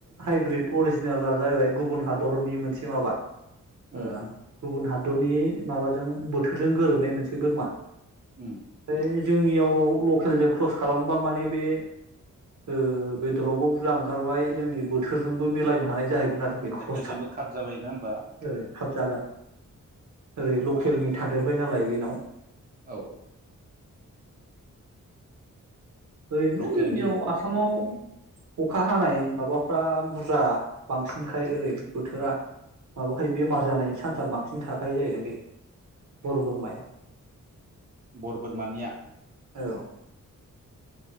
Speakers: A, on the right (about 65°); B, on the right (about 30°).
A: हाइब्रिद अरिजिनाला जाहैबाय गुबुन हादरनि मोनसे माबा
B: उम
A: ओ गुबुन हाद दरनि माबाजों बोथोरजों गोरोबनाय मोनसे बोरमा <unintelligible>
B: उम
A: जोंनियाव लकेलजों ख्रस खालामबा माने बे ओ बेद'रावबो बुरजा ओंखारबाय जोंनि बोथोरजोंबो मिलायनो हानाय जाहै गोन आरो बे ख्रस्था
B: बोथोरजोंबो खाब जाबाय नङा होमबा
A: ओ खाब जागोन। ओरै लकेलनि थादेरबाय नालाय बेनाव।
B: औ
A: ओरैनो
B: लकेलनि
A: जोंनियाव आसामाव अखा हानाय माबाफ्रा बुरजा बांसिनखाय ओरै बोथोरा माबाखायो बेमार जानायनि चान्स बांसिन थाखायो जाहैदों बे हर बोरमाया
B: बर बोरमानिया?
A: औ